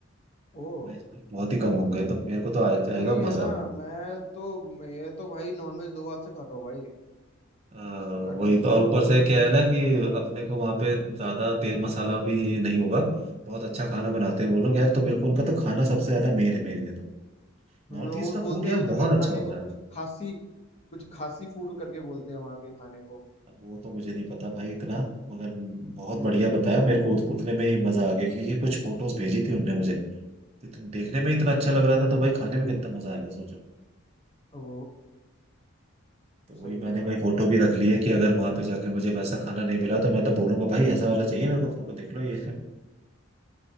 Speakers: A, on the left; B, on the right.
A: ओ
B: वेज तो बहुत ही कम होंगे तो मेरे को तो आ जाएगा
A: सही है
B: मजा
A: ना मैं तो मैं तो भाई नॉनवेज दो हाथ से खाता हूँ भाई
B: आ,
A: उसका
B: वही
A: टेंशन
B: तो और ऊपर
A: मत
B: से
A: ले
B: क्या है ना कि अपने को वहां पे ज्यादा तेल मसाला भी नहीं होगा बहुत अच्छा खाना बनाते हैं वो लोग यार तो मेरे को उनका तो खाना सबसे ज्यादा मेन है मेरे लिए तो नॉर्थ
A: हम्म, वो
B: ईस्ट का
A: बोलते
B: फूड यार
A: हैं उधर
B: बहुत
A: के खाने
B: अच्छा होता
A: को कुछ
B: है
A: खासी कुछ खासी फूड करके बोलते हैं वहां के खाने को
B: अब वो तो मुझे नहीं पता भाई इतना मगर बहुत
A: हम्म
B: बढ़िया बताया मेरे को उत- उतने में ही मजा आ गया क्योंकि ये कुछ फोटोज भेजी थी उनने मुझे इतने देखने में इतना अच्छा लग रहा था तो भाई खाने में कितना मजा आएगा सोचो
A: ओ
B: तो वही
A: सही
B: मैंने
A: है भाई
B: भाई फोटो
A: हम्म,
B: भी रख ली है कि अगर वहां पे जाके मुझे वैसा खाना नहीं मिला तो मैं तो बोलूंगा भाई ऐसा वाला चाहिए मेरे को फोटो देख लो ये <laughs>